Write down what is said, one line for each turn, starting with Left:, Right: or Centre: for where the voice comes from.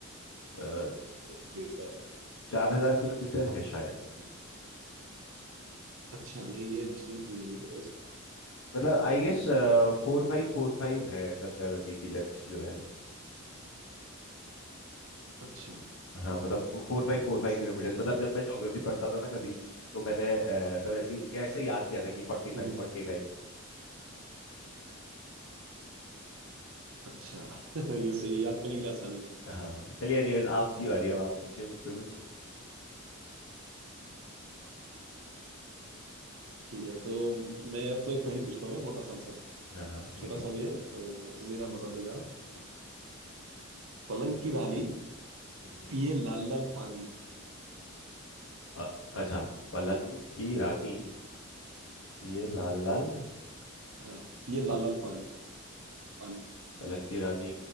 Left: आ,
Right: तो इसलिए इसका आगे
Left: चार हजार किलोमीटर है शायद
Right: हम्म। अच्छा नहीं ये डिस्टेंस मुझे नहीं पता उसका
Left: मतलब आई गेस
Right: हम्म, हम्म।
Left: फोर फाइव फोर फाइव है गंगा नदी की लेंथ जो है
Right: अच्छा हम्म
Left: हाँ मतलब
Right: हम्म,
Left: फोर फाइव
Right: हाँ,
Left: फोर फाइव
Right: सही
Left: किलोमीटर मतलब जब मैं ज्योग्राफी पढ़ता था ना कभी तो मैंने अ, तब ऐसी ऐसे याद किया था कि फोर्टी फाइव
Right: है हम्म, हम्म,
Left: फोर्टी
Right: हम्म,
Left: फाइव
Right: अच्छा <laughs> ये सही है याद करने के लिए आसानी है
Left: हाँ चलिए एनीवेज आपकी बारी अब आप पूछिए मुझसे कुछ
Right: ठीक है तो मैं अब तो एक पहेली पूछता हूँ मैं बहुत आसान सा
Left: हाँ हाँ ठीक
Right: छोटा
Left: है
Right: सा भी है तो उम्मीद आप बता दोगे आप
Left: हम्म,
Right: पलंग की रानी
Left: हम्म, हम्म।
Right: पिए लाल लाल पानी
Left: अ- अच्छा पलंग की रानी पिए लाल लाल
Right: हाँ पिए लाल
Left: पान
Right: लाल पानी पानी
Left: पलंग की रानी